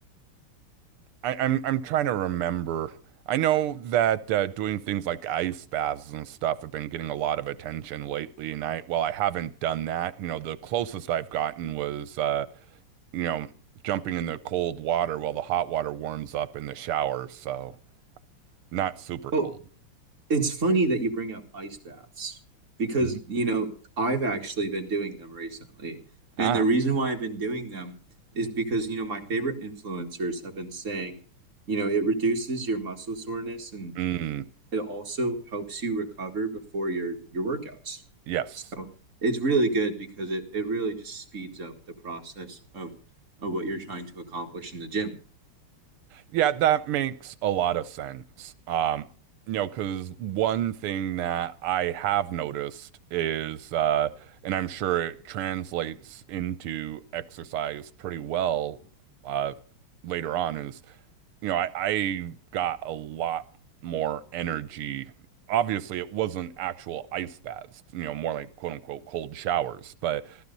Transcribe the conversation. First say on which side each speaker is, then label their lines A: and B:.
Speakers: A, on the right; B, on the right.
A: I, I'm I'm trying to remember. I know that uh, doing things like ice baths and stuff have been getting a lot of attention lately, and I well, I haven't done that. You know, the closest I've gotten was uh, you know, jumping in the cold water while the hot water warms up in the shower, so not super cold.
B: Oh, it's funny that you bring up ice baths because,
A: Mhm.
B: you know, I've actually been doing them recently. And
A: Ah,
B: the reason why I've been doing them is because, you know, my favorite influencers have been saying, you know, it reduces your muscle soreness and
A: mm,
B: it also helps you recover before your your workouts.
A: yes.
B: So it's really good because it, it really just speeds up the process of of what you're trying to accomplish in the gym.
A: Yeah, that makes a lot of sense. Um, you know, because one thing that I have noticed is, uh, and I'm sure it translates into exercise pretty well, uh, later on, is you know, I, I got a lot more energy. Obviously, it wasn't actual ice baths, you know, more like quote unquote cold showers. But